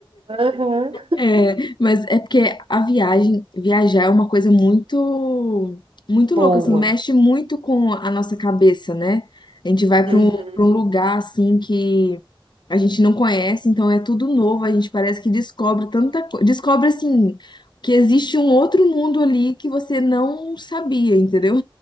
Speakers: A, on the right; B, on the left.
A: Aham.
B: É, mas é porque a viagem, viajar é uma coisa muito, muito
A: Boa.
B: louca, assim, Hum. mexe muito com a nossa cabeça, né? A gente vai
A: Uhum,
B: para um, para um lugar, assim, que a gente não conhece, então é tudo novo, a gente parece que descobre tanta coisa, descobre, assim, que existe um outro mundo ali que você não sabia, entendeu?